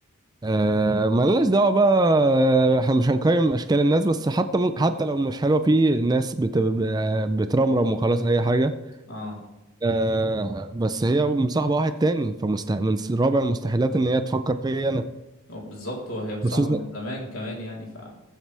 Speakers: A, on the right; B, on the left.
A: آه، ما لناش دعوه بقى آه، احنا مش هنقيم اشكال الناس بس حتى م- حتى لو مش حلوه في ناس بت... ب- بترمرم وخلاص اي حاجه
B: اه
A: آه، بس هي مصاحبه واحد تاني فمستح... من رابع المستحيلات ان هي تفكر فيا انا
B: هو بالظبط وهي مصاحبة
A: خصوصا
B: من زمان كمان يعني ف